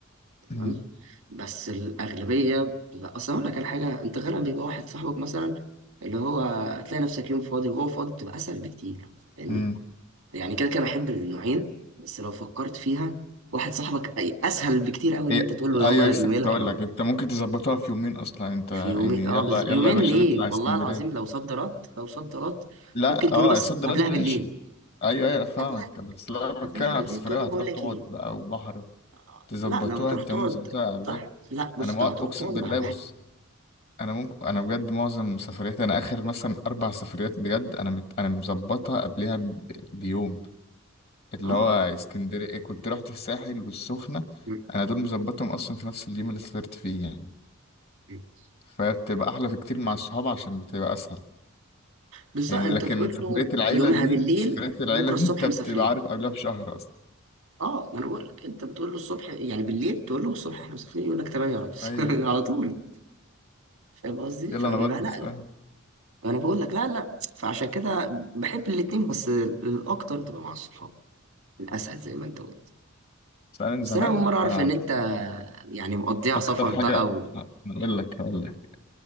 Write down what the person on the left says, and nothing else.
امم
امم
هي
ايوه
لسه
كنت
هقول
لك انت ممكن تظبطها في يومين اصلا انت
يعني
يلا
يلا يا باشا
نطلع
اسكندريه
لا
اه
يا صد رد
ماشي
ايوه ايوه أنا فاهمك
بس لا
بتكلم على
السفريه
هتروح
تقعد
بقى وبحر
تظبطوها
انت
ممكن تظبطها على
إيه؟
انا مع...
اقسم
بالله
بص انا ممكن انا بجد معظم سفرياتي انا اخر مثلا اربع سفريات بجد انا مت... انا مظبطها قبلها ب... بيوم اللي
هو اسكندرية كنت رحت الساحل والسخنة
أنا دول مظبطهم أصلا في نفس اليوم اللي سافرت فيه يعني
فبتبقى أحلى في كتير مع الصحاب عشان بتبقى أسهل
يعني
لكن
سفرية
العيلة
دي
سفرية العيلة
دي
أنت
بتبقى عارف قبلها بشهر أصلا
أيوه
أيوه
يلا
أنا بلبس
فاهم
سألني
زمان
أنا
عن
أكتر
حاجة
أقول لك هقول لك